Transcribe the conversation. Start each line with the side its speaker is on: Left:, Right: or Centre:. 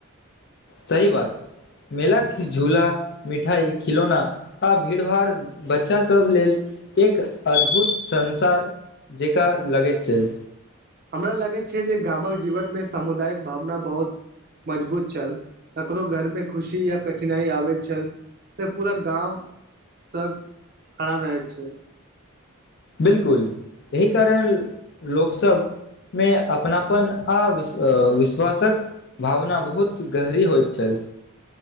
Left: सही बात मेलाक झूला मिठाई खिलौना आ भीड़ भाड़ बच्चा सब लेल एक अद्भुत संसार जेक लगैत छल
Right: हमरा लगैत छै जे गामक जीवनमे सामुदायिक भावना बहुत मजबूत छल ककरो घर पे खुशी या कठिनाई आबैत छल तअ पूरा गाम संग खड़ा रहै छै
Left: बिलकुल एहि कारण लोकसब मे अपनापन आ विश विश्वासक भावना बहुत गहरी होइत छल